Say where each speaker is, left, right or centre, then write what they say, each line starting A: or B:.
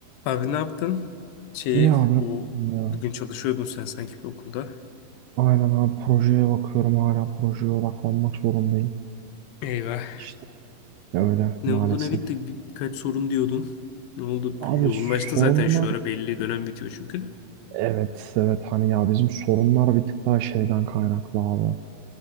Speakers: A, on the left; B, on the right.
A: Abi ne yaptın? Şeyi,
B: İyi abi.
A: o
B: Ya.
A: bugün çalışıyordun sen sanki bir okulda.
B: Aynen abi projeye bakıyorum. Hala projeye odaklanmak zorundayım.
A: Eyvah.
B: İşte öyle
A: Ne
B: maalesef.
A: oldu ne bitti? Birkaç sorun diyordun. Ne oldu?
B: Abi
A: Yoğunlaştın
B: sorunlar
A: zaten şu ara belli dönem bitiyor çünkü de.
B: evet evet hani ya bizim sorunlar bir tık daha şeyden kaynaklı abi.